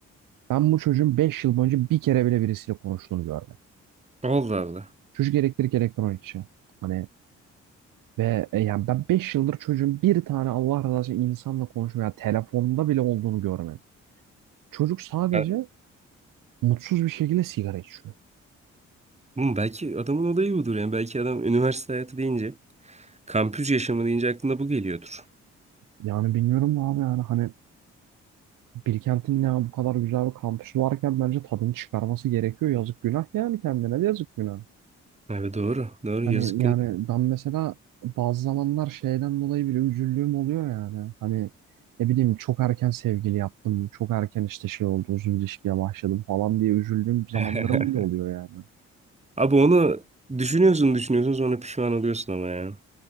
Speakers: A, on the right; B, on the right.
A: Ben bu çocuğun 5 yıl boyunca bir kere bile birisiyle konuştuğunu görmedim.
B: Allah Allah.
A: Çocuk elektrik elektronik işi. Hani ve e, yani ben 5 yıldır çocuğun bir tane Allah razı olsun insanla konuşma ya telefonda bile olduğunu görmedim. Çocuk sadece
B: Evet.
A: mutsuz bir şekilde sigara içiyor.
B: Hı, belki adamın olayı budur yani. Belki adam üniversite hayatı deyince, kampüs yaşamı deyince aklına bu geliyordur.
A: Yani bilmiyorum abi yani hani Bilkent'in ya bu kadar güzel bir kampüsü varken bence tadını çıkarması gerekiyor. Yazık günah yani kendine de yazık günah.
B: Abi doğru. Doğru
A: Hani
B: yazık günü.
A: yani ben mesela bazı zamanlar şeyden dolayı bile üzüldüğüm oluyor yani. Hani ne bileyim çok erken sevgili yaptım, çok erken işte şey oldu, uzun ilişkiye başladım falan diye üzüldüğüm zamanlarım
B: <laughs>
A: bile oluyor yani.
B: Abi onu düşünüyorsun düşünüyorsun sonra pişman oluyorsun ama ya.